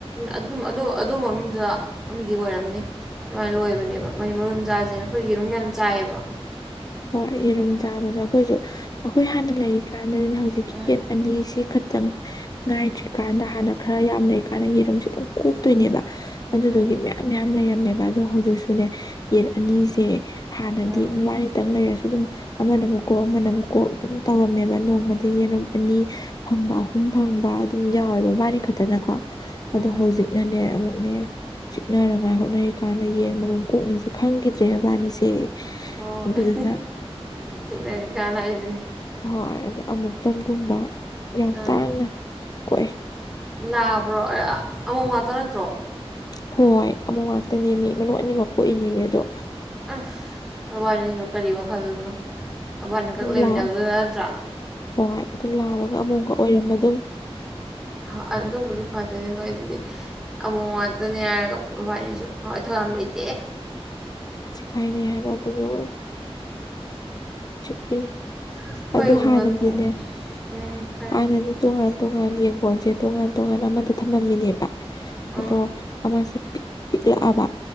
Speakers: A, in the centre; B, on the left.
A: ꯑꯗꯨꯃꯥ ꯑꯗꯨ ꯑꯗꯨ ꯃꯅꯨꯡꯗ ꯑꯃꯗꯤ ꯑꯣꯏꯔꯝꯅꯤ ꯑꯗꯨꯃꯥꯏꯅ ꯂꯣꯏꯕꯅꯦꯕ ꯃꯩ ꯃꯔꯨꯝ ꯖꯥꯁꯦꯅ ꯑꯩꯈꯣꯏ ꯌꯦꯔꯨꯝ ꯌꯥꯝ ꯆꯥꯏꯌꯦꯕ
B: ꯍꯣꯏ ꯌꯦꯔꯨꯝ ꯆꯥꯕꯁꯨ ꯑꯩꯈꯣꯏꯁꯨ ꯑꯩꯈꯣꯏ ꯍꯥꯟꯅ ꯂꯩꯔꯤ ꯀ ꯍꯥꯟꯅꯅ ꯍꯧꯖꯤꯛꯀꯤ
A: ꯎꯝ
B: ꯌꯦꯠ ꯑꯅꯤꯁꯤ ꯈꯛꯇꯪ ꯉꯥꯏꯇ꯭ꯔꯤꯀꯥꯟꯗ ꯍꯥꯟꯅ ꯈꯔ ꯌꯥꯝ ꯂꯩꯔꯤꯀꯥꯟꯗ ꯌꯦꯔꯨꯝꯁꯦ ꯑꯗꯨꯝ ꯀꯣꯛꯇꯣꯏꯅꯦꯕ ꯑꯗꯨꯗꯨꯒꯤ
A: ꯎꯝ
B: ꯃꯌꯥꯝ ꯃꯌꯥꯝ ꯂꯩꯔꯝꯃꯦꯕ ꯑꯗꯣ ꯍꯧꯖꯤꯛꯁꯨꯅꯦ ꯌꯦꯟ ꯑꯅꯤꯁꯦ ꯍꯥꯟꯅꯗꯤ
A: ꯎꯝ
B: ꯃꯕꯅꯤ ꯂꯩꯔꯁꯨ ꯑꯗꯨꯝ ꯑꯃꯅ ꯑꯃꯨꯛ ꯀꯣꯛ ꯑꯃꯅ ꯑꯃꯨꯛ ꯀꯣꯛ ꯑꯗꯨꯝ ꯇꯧꯔꯝꯃꯦꯕ ꯅꯣꯡꯃꯗꯒꯤ ꯑꯗꯨꯝ ꯑꯅꯤ ꯐꯪꯕ ꯑꯍꯨꯝ ꯐꯪꯕ ꯑꯗꯨꯝ ꯌꯥꯎꯋꯦꯕ ꯃꯥꯅꯤ ꯈꯛꯇꯅꯀꯣ
A: ꯎꯝ
B: ꯑꯗꯣ ꯍꯧꯖꯤꯛꯅꯅꯦ ꯑꯃꯨꯛ ꯅꯦ ꯆꯤꯛꯅꯅꯉꯥꯏ ꯍꯣꯠꯅꯔꯤ ꯀꯥꯟꯗ ꯌꯦꯟ ꯃꯔꯨꯝ ꯀꯣꯛꯅꯤꯁꯦ ꯈꯪꯈꯤꯗ꯭ꯔꯦ ꯃꯕꯥꯅꯤꯁꯦ
A: ꯍꯣꯏ
B: ꯑꯗꯨꯗꯨꯅ
A: ꯆꯤꯡꯅꯗꯤ ꯀꯥꯟꯅ ꯍꯥꯏꯖꯤꯅꯤ
B: ꯍꯣꯏ ꯑꯗꯣ ꯑꯃꯨꯛꯇꯪꯒꯨꯝꯕ ꯌꯥꯝ
A: ꯑꯥ
B: ꯇꯥꯡꯅ ꯀꯣꯛꯑꯦ
A: ꯂꯥꯕ꯭ꯔꯣ ꯑꯥ ꯑꯃꯣꯝ ꯉꯥꯛꯇ ꯅꯠꯇ꯭ꯔꯣ
B: ꯍꯣꯏ ꯑꯃꯣꯝ ꯉꯥꯛꯇꯅꯦꯃꯤ ꯃꯅꯨꯡ ꯑꯅꯤꯃꯛ ꯀꯣꯛꯏꯅꯦꯝꯃꯤ ꯑꯗꯣ
A: ꯑꯁ ꯃꯕꯥꯅꯤꯁꯨ ꯀꯔꯤ ꯋꯥꯈꯜꯗꯅꯣ ꯃꯕꯥꯅꯤꯈꯛ ꯂꯩꯃꯤꯟꯅꯕꯗꯨ
B: ꯂꯥ
A: ꯅꯠꯇ꯭ꯔꯥ
B: ꯍꯣꯏ ꯑꯗꯨ ꯂꯥꯕꯒ ꯑꯃꯣꯝꯒ ꯑꯣꯏꯔꯝ ꯑꯗꯨꯝ
A: ꯍꯥ ꯑꯗꯨꯕꯨꯗꯤ ꯐꯖꯔꯦꯅꯦ ꯊꯣꯏꯗꯤ ꯑꯃꯣꯝ ꯉꯥꯛꯇꯅꯦ ꯍꯥꯏꯔꯒ ꯃꯕꯥꯅꯤꯁꯨ ꯍꯣꯏ ꯊꯧ ꯌꯝ ꯂꯩꯇꯦ
B: ꯁꯥꯏꯅꯩ ꯍꯥꯏꯕ ꯑꯗꯨꯗꯨꯒ ꯆꯨꯄꯤ
A: ꯑꯩꯈꯣꯏꯒꯤꯁꯨ
B: ꯑꯗꯨ ꯍꯥꯟꯅꯗꯤꯅꯦ
A: ꯉꯥꯅꯨ ꯎꯝ ꯍꯥꯏꯔꯛꯑꯣ
B: ꯍꯥꯟꯅꯗꯤ ꯇꯣꯉꯥꯟ ꯇꯣꯉꯥꯟ ꯌꯦꯡꯒꯣꯟꯁꯦ ꯇꯣꯉꯥꯟ ꯇꯣꯉꯥꯟꯅ ꯑꯃꯗ ꯊꯝꯃꯝꯃꯤꯅꯦꯕ
A: ꯑꯥ
B: ꯑꯗꯣ ꯑꯃꯁꯦ ꯄꯤꯛꯂꯛꯑꯕ